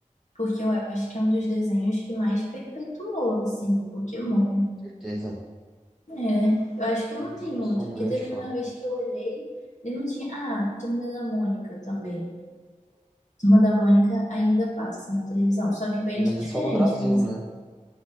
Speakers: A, on the left (about 60°); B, in the centre.
A: Porque eu acho que é um dos desenhos que mais perpetuou, assim, Pokémon.
B: Certeza.
A: É, eu acho que não
B: Eu mesmo
A: tem outro,
B: sou
A: porque
B: um grande
A: teve
B: fã.
A: uma vez que eu olhei e não tinha. Ah, Turma da Mônica também. Turma da Mônica ainda passa na televisão, só que bem
B: Sim, mas é
A: diferente
B: só no Brasil,
A: o desenho.
B: né?